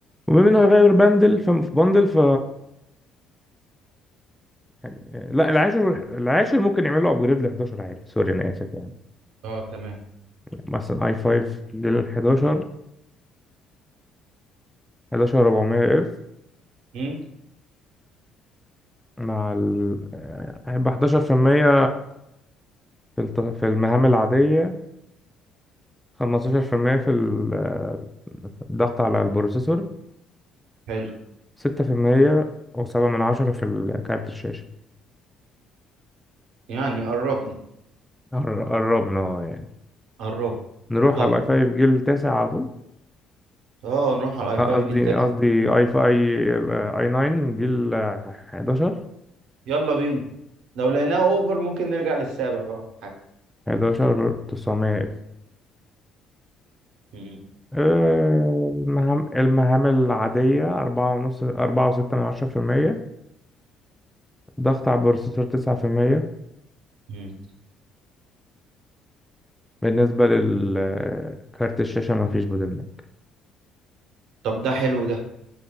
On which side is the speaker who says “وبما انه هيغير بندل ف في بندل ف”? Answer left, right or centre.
Centre